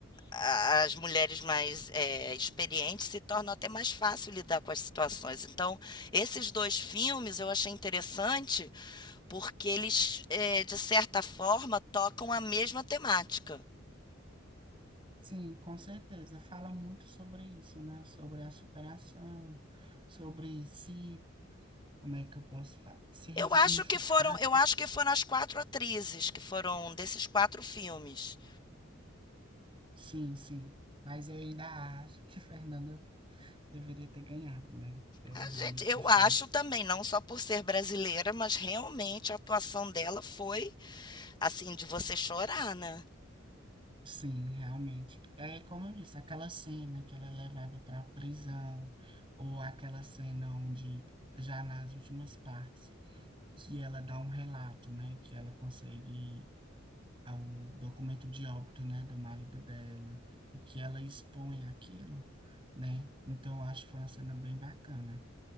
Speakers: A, on the left; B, on the right.
A: a- as mulheres mais é, experientes se tornam até mais fácil lidar com as situações. Então, esses dois filmes eu achei interessante porque eles, é, de certa forma, tocam a mesma temática.
B: Sim, com certeza. Fala muito sobre isso, né? Sobre a superação, sobre se, como é que eu posso falar? Se resignificar.
A: Eu acho que foram, eu acho que foram as quatro atrizes que foram desses quatro filmes.
B: Sim, sim. Mas eu ainda acho que <laughs> Fernanda deveria ter ganhado, né? Eu
A: A
B: realmente
A: gente, eu
B: gostei.
A: acho também, não só por ser brasileira, mas realmente a atuação dela foi assim de você chorar, né?
B: Sim, realmente. É como eu disse, aquela cena que ela é levada para a prisão, ou aquela cena onde, já nas últimas partes, que ela dá um relato, né? Que ela consegue a- o documento de óbito, né, do marido dela, e que ela expõe aquilo, né? Então, eu acho que foi uma cena bem bacana.